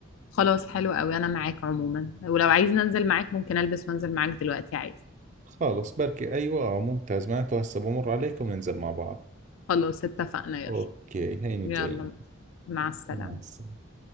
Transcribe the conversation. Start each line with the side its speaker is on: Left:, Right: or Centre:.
Left: خلاص حلو قوي انا معاك عموما ولو عايز ننزل معاك ممكن البس وانزل معاك دلوقتي عادي
Right: خالص بركي أيوة آه، ممتاز معناته هسه بمر عليكم ننزل مع بعض
Left: خلاص اتفقنا يلا
Right: أوكي هيني
Left: يلا
Right: جاي
Left: مع السلامة
Right: مع السلامة